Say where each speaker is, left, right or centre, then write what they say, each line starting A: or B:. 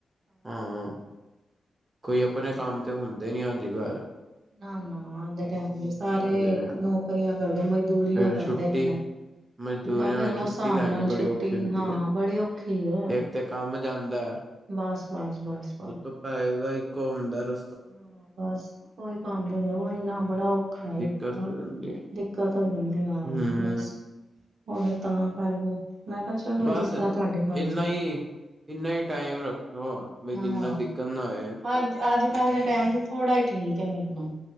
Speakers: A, on the right; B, on the right.
A: ਹਾਂ ਕੋਈ ਆਪਣੇ ਕੰਮ ਤੇ ਹੁੰਦੇ ਨੀ ਅੱਜ ਕਲ
B: ਨਾ-ਨਾ ਅੱਜ ਦੇ ਟਮ ਸਾਰੇ
A: ਨੇ
B: ਨੌਕਰੀਆਂ ਕਰਦੇ ਮਜ਼ਦੂਰੀਆਂ
A: ਫੇਰ
B: ਕਰਦੇ
A: ਛੁੱਟੀ
B: ਪਏ ਨੇ
A: ਮਜ਼ਦੂਰੀਆਂ
B: ਮੈਂ ਫੇਰ
A: ਵਿੱਚ
B: ਉਹ
A: ਛੁੱਟੀ
B: ਹਿਸਾਬ
A: ਲੈਣੀ
B: ਨਾਲ
A: ਬੜੀ
B: ਛੁੱਟੀ
A: ਔਖੀ ਹੁੰਦੀ
B: ਹਾਂ ਬੜੀ ਔਖੀ ਹੈ।
A: ਇੱਕ ਤੇ ਕੰਮ ਜਾਂਦਾ ਹੈ
B: ਬਸ-ਬਸ-ਬਸ
A: ਉਤੋਂ ਪੈ ਦਾ ਇੱਕ ਹੁੰਦਾ ਰ
B: ਹਾਂ ਬਸ ਓਹੀ ਬੰਦ ਹੋ ਇਆ ਓਹੀ ਨਾ ਬੜਾ ਔਖਾ
A: <unintelligible>
B: ਦਿੱਕਤ ਹੋ ਜਾਂਦੀ ਆ
A: ਹਮ
B: ਬਸ ਉਹ ਫਿਰ ਤਾਂ ਕਰਕੇ ਮੈਂ ਕਿਹਾ ਚਲੋ
A: ਬਸ
B: ਜਿਸ ਤਰ੍ਹਾਂ ਤੁਹਾਡੀ ਮਰਜ਼ੀ
A: ਇੰਨਾ ਹੀ ਇੰਨਾ ਹੀ ਟਾਈਮ ਰੱਖੋ ਬ'
B: ਹਾਂ
A: ਜਿੰਨਾ ਦਿੱਕਤ ਨਾ ਆਏ
B: ਅੱਜ ਅੱਜ ਕੱਲ ਦੇ ਟੈਮ ਤੇ ਥੋੜ੍ਹਾ ਹੀ ਠੀਕ ਹੈ ਮਿਲਣਾ